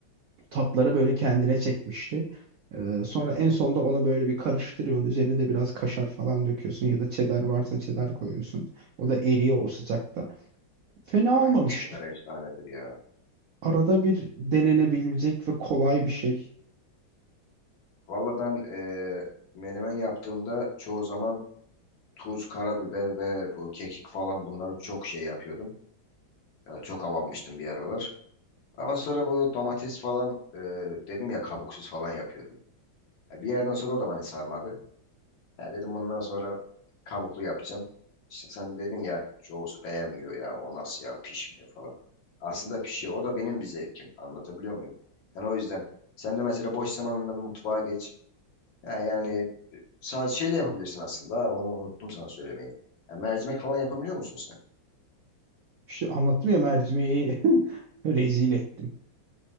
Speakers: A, on the right; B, on the left.
A: tatları böyle kendine çekmişti. Ee, sonra en sonda ona böyle bir karıştırıyorsun. Üzerine de biraz kaşar falan döküyorsun ya da cheddar varsa cheddar koyuyorsun. O da eriyor o sıcakta. Fena
B: Aynen
A: olmamıştı.
B: çeter efsanedir ya.
A: Arada bir denenebilecek ve kolay bir şey.
B: Valla ben eee menemen yaptığımda çoğu zaman tuz, karabiber ve bu kekik falan bunları çok şey yapıyordum. Ya çok avanmıştım bir aralar. Ama sonra bu domates falan eee, dedim ya kabuksuz falan yapıyordum. Ya bir yerden sonra o da beni sarmadı. Ya dedim bundan sonra kabuklu yapacağım. İşte sen dedin ya çoğusu beğenmiyor ya o nasıl ya pişmiyor falan. Aslında pişiyor. O da benim bir zevkim. Anlatabiliyor muyum? Yani o yüzden sen de mesela boş zamanında bir mutfağa geç. Ha, yani sadece şey de yapabilirsin aslında. Ha, Onu unuttum sana söylemeyi. Ya mercimek falan yapabiliyor musun sen?
A: İşte anlattım ya mercimeği <laughs> rezil ettim.